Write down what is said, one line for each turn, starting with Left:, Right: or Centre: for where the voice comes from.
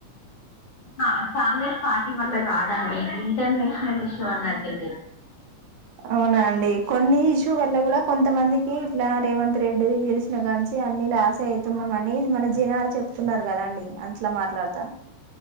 Left: ఆ కాంగ్రెస్ పార్టీ వల్ల కాదండి ఇది ఇంటర్నేషనల్ ఇష్యూ అన్నట్టు ఇది
Right: అవునా అండి కొన్ని ఇష్యూ వల్ల కూడా కొంత ఎంత మందికి ఇట్లా రేవంత్ రెడ్డి గెలిచిన కానించి అన్ని లాస్ అయిత చెప్పుతున్నాం అని మన జనాలు చె వస్తున్నారు కదా అండి అట్లా మాట్లాడతానా